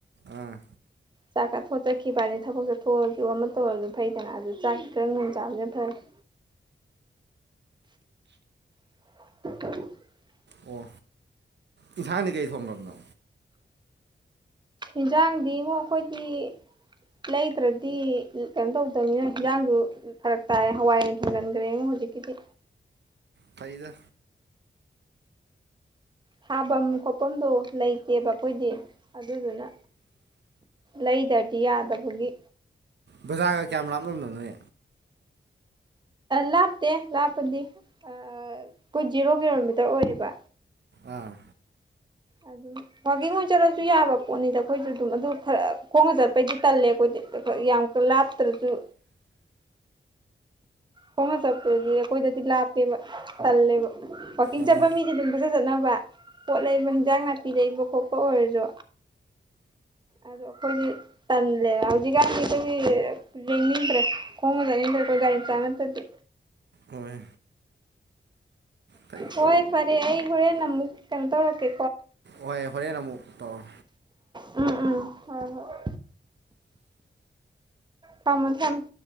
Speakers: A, on the right; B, on the right.
A: ꯑꯥ
B: ꯆꯥꯛꯀ ꯊꯣꯆꯈꯤꯕꯅꯤ ꯊꯕꯛꯁ ꯊꯣꯛꯑꯁꯨ ꯑꯃ ꯇꯧꯔꯁꯨ ꯐꯩꯗꯅ ꯑꯗꯨ ꯆꯥꯛꯁꯤ ꯈꯔꯪ ꯅꯨꯡꯣꯡ ꯆꯥꯕꯁꯅ ꯐꯔꯦ <inaudible> <inaudible>
A: ꯑꯣ ꯌꯦꯟꯁꯥꯡꯗꯤ ꯀꯩ ꯊꯣꯡꯈ꯭ꯔꯕꯅꯣ
B: ꯏꯟꯁꯥꯡꯗꯤꯕꯨ ꯑꯩꯈꯣꯏꯒꯤ ꯂꯩꯇ꯭ꯔꯗꯤ ꯀꯩꯅꯣ ꯇꯧꯗꯅꯤꯅ ꯍꯤꯟꯖꯥꯡꯗꯨ ꯐꯔꯛ ꯇꯥꯏꯔ ꯍꯋꯥꯏ ꯑꯣꯏꯅ ꯊꯣꯡꯒꯟꯈ꯭ꯔꯦ ꯑꯩꯉꯣꯟ ꯀꯗꯤ ꯀꯗꯤ
A: ꯐꯩꯗ
B: ꯊꯥꯐꯝ ꯈꯣꯠꯐꯝꯗꯨꯣ ꯂꯩꯇꯦꯕ ꯑꯩꯈꯣꯏꯗꯤ ꯑꯗꯨꯗꯨꯅ ꯂꯩꯩꯗꯗꯤ ꯌꯥꯗꯕꯒꯤ
A: ꯕꯖꯥꯔꯒ ꯀꯌꯥꯝ ꯂꯥꯞꯂꯝꯅꯣ ꯅꯣꯏ
B: ꯂꯥꯞꯇꯦ ꯂꯥꯞꯄꯗꯤ ꯑꯩꯈꯣꯏ ꯖꯤꯔꯣ ꯀꯤꯂꯣꯃꯤꯇꯔ ꯑꯣꯏꯌꯦꯕ
A: ꯑꯥ
B: ꯑꯗꯨꯝ ꯋꯥꯒꯤꯡ ꯑꯣꯏꯖꯔꯁꯨ ꯌꯥꯕ ꯄꯣꯠꯅꯤꯗ ꯑꯩꯈꯣꯏꯁꯨ ꯑꯗꯨꯝ ꯑꯗꯨ ꯈꯔ ꯈꯣꯡꯅ ꯆꯠꯄꯩꯗꯤ ꯇꯜꯂꯦ ꯑꯩꯈꯣꯏꯗꯤ ꯌꯥꯝ ꯀ ꯂꯥꯇꯁꯨ ꯈꯣꯡꯅ ꯆꯠꯄꯗꯗꯤ ꯑꯩꯈꯣꯏꯗꯗꯤ ꯂꯥꯞꯄꯦꯕ ꯇꯜꯂꯦꯕ ꯋꯥꯋꯥꯛꯀꯤꯡ
A: ꯑꯣ
B: ꯆꯠꯄ ꯃꯤꯗꯤ ꯑꯗꯨꯝ ꯐꯖ ꯐꯖꯅꯕ ꯄꯣꯠ ꯂꯩꯕ ꯍꯤꯟꯖꯥꯡ ꯅꯥꯄꯤ ꯂꯩꯕ ꯈꯣꯠꯄ ꯑꯣꯏꯔꯁꯨ ꯑꯗꯣ ꯑꯩꯈꯣꯏꯗꯤ ꯇꯜꯂꯦꯅ ꯍꯧꯖꯤꯛꯀꯥꯟꯗꯤ ꯑꯩꯈꯣꯏꯗꯤ ꯌꯦꯡꯅꯤꯡꯗ꯭ꯔꯦ ꯈꯣꯡꯉ ꯆꯠꯅꯤꯡꯗ꯭ꯔꯦ ꯑꯩꯈꯣꯏ ꯒꯒꯥ ꯆ ꯅꯠꯇꯗꯤ
A: ꯍꯣꯏ ꯐꯩ
B: ꯍꯣꯏ ꯐꯔꯦ ꯑꯩ ꯍꯣꯔꯦꯟ ꯑꯃꯨꯛ ꯀꯩꯅꯣ ꯇꯧꯔꯛꯀꯦ
A: ꯍꯣꯏ ꯍꯣꯔꯦꯟ ꯑꯃꯨꯛ ꯇꯧꯔ
B: ꯎꯝ ꯎꯝ ꯍꯣꯏ ꯍꯣꯏ ꯀꯃ ꯊꯝ